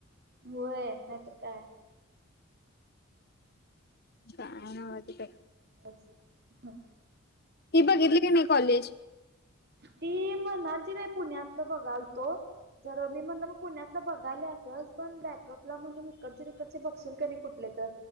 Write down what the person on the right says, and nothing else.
होय नाहीतर काय
हम्.
ती म्हणालती बाई पुण्यातल बघालतो. जर मी म्हणलं मग पुण्यातलं बघायल्यासच पण बॅकअपला म्हणून इकडचे, तिकडचे बघचील का नाई कुठली? ता